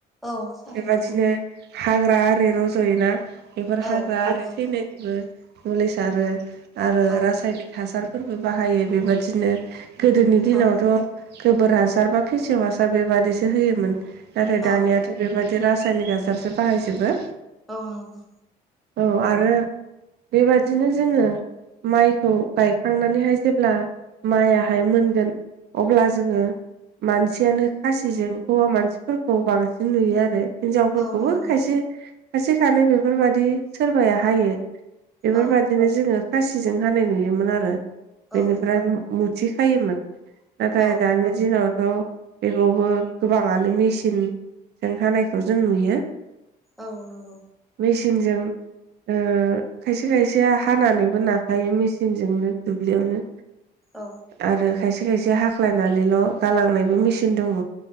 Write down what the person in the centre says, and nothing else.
औ साथो
नोंथां
औ
नंगौ
औ
औ
औ
औ नंगौ
औ नंगौ
औ
औ
औ
औ नोंगौ
औ